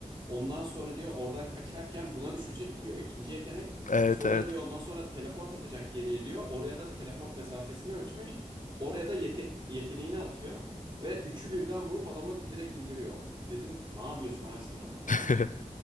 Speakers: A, on the right; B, on the left.
A: Ondan sonra diyor oradan kaçarken buna düşecek diyor ikinci yetenek.
B: evet
A: Sonra
B: evet.
A: diyor ondan sonra teleport atacak geriye diyor. Oraya da teleport mesafesini ölçmüş. Oraya da yete- yeteneğini atıyor. Ve üçü birden vurup adamı direkt indiriyor. Dedim ne yapıyorsun abi sen orada falan.
B: <laughs>